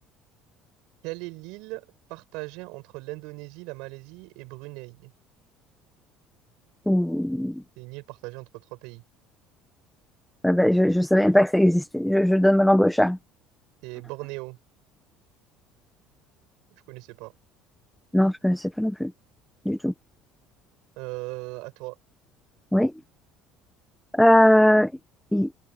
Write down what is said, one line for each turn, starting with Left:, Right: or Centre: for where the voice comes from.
Right: Quelle est l'île partagée entre l'Indonésie, la Malaisie et Brunei?
Centre: Ouh.
Right: C'est une île partagée entre trois pays.
Centre: Ah ben, je ne savais même pas que ça existait. Je, je donne ma langue au chat.
Right: C'est Bornéo. Je connaissais pas.
Centre: Non, je ne connaissais pas non plus, du tout.
Right: Euh, à toi.
Centre: Oui. Euh, il-